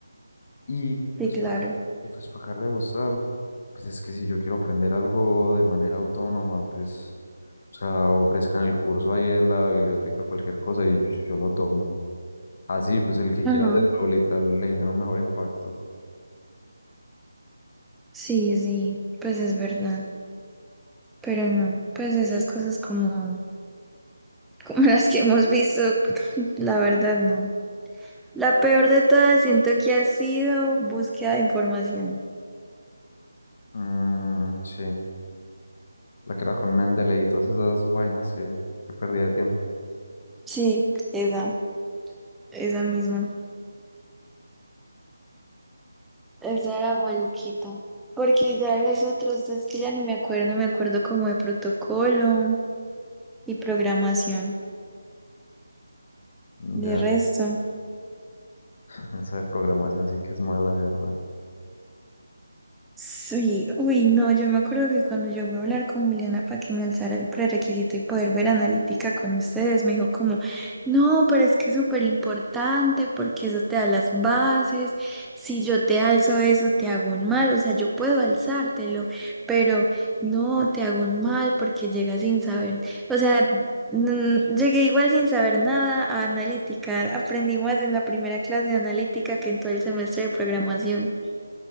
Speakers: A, on the left; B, in the centre.
A: Y
B: Sí,
A: pues
B: claro.
A: para, y pues para acabar de ajustar, pues es que si yo quiero aprender algo de manera autónoma, pues, o sea, ofrezcan el curso ahí en la biblioteca, cualquier cosa, y yo, yo lo tomo. Así, pues el que
B: Ajá.
A: quiera hacerlo, literal, le genera un mejor impacto.
B: Sí, sí, pues es verdad, pero no, pues esas cosas como, <laughs> como las que hemos visto, la verdad no. La peor de todas siento que ha sido búsqueda de información.
A: Mm, sí, la que era con Mendeley y todas esas vainas que, que perdía de tiempo.
B: Sí, esa, esa misma. Esa era maluquita. Porque ya los otros, es que ya ni me acuerdo, me acuerdo como de protocolo y programación.
A: Mm, Ya,
B: De resto.
A: <laughs> esa de programación sí que es mala, de verdad.
B: Sí, uy, no, yo me acuerdo que cuando yo voy a hablar con Juliana para que me alzara el prerequisito y poder ver analítica con ustedes, me dijo como, no, pero es que es súper importante porque eso te da las bases, si yo te alzo eso te hago un mal, o sea, yo puedo alzártelo, pero no, te hago un mal porque llegas sin saber, o sea, mm, llegué igual sin saber nada a analítica, aprendí más en la primera clase de analítica que en todo el semestre de programación.